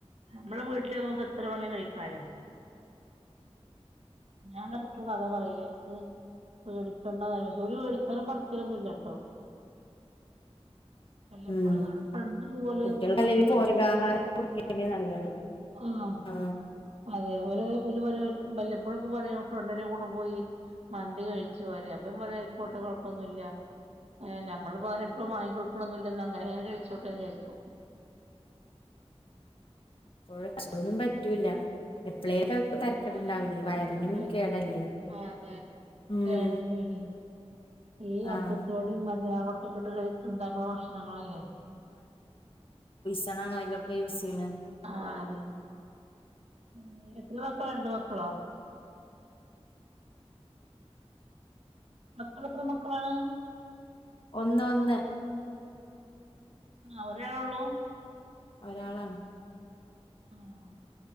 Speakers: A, on the right (about 70°); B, on the left (about 55°).
A: നമ്മളെ വീട്ടില് നമ്മക്ക് എത്ര വേണേ കഴിക്കാലോ! ഞാൻ ഇന്റെ കുട്ടിയാളോട് അതാ പറയല് <unintelligible> വേടിക്കണ്ട പക്ഷേ ഓര് വേടിക്കാനും പറച്ചിലൊന്നുല്ലട്ടോ വല്ലപ്പോഴും
B: ഉം
A: അവടെ ഫ്രണ്ട് ഇതുപോലെ
B: കുട്ടിയാൾക്
A: ഭക്ഷണം
B: അല്ലെങ്കിലും
A: കഴിക്കാൻ
B: പോഷകാഹാരം
A: പോകുമ്പോ
B: കൊട്ക്കന്നേ നല്ലത്
A: ആഹ്
B: ആ
A: അതെ ഓര് ഓര് വല്ലപ്പോഴൊക്കെ പറയും ഫ്രണ്ടിന്റെ കൂടെ പോയി. മന്തി കഴിച്ചു പറയും അപ്പംഞാ പറയും അയിക്കോട്ടെ കൊഴപ്പൊന്നുല്ല ഞമ്മൾ എപ്പോളും അങ്ങനെ വാങ്ങി ങ്ങിക്കടുക്കൊന്നുല്ലന്ന് അങ്ങനെ ഇ ങ്ങനെ ചോദിച്ചോട്ടെ വിചാരിക്കും.
B: <unintelligible> പറ്റൂല്ല എപ്പളേലൊക്ക തരക്കെട്
A: ആഹ്
B: ഉണ്ടാവിലേ
A: എപ്പഴൊന്നും
B: വയറിനും
A: പറ്റൂല
B: കേടല്ലേ
A: ആഹ് അതെ
B: ഉം
A: കേടന്നേണ് ഈ
B: ആഹ്
A: അപ്പസോടിം അജ്നമോ <unintelligible> ഇണ്ടാക്കുന്ന ഭക്ഷണങ്ങളല്ലേ
B: <unintelligible> ഇതൊക്കെ യൂസ് ചെയ്യ്ണെ
A: ആതൻ ഏഹ് എത്രെ മക്കളാ രണ്ട് മക്കളോ മക്കളെത്ര മക്കളാണ്
B: ഒന്ന് ഒന്ന്
A: ആഹ് ഒരാളെ ഒള്ളൂ
B: ഒരാളാണ്
A: ആഹ്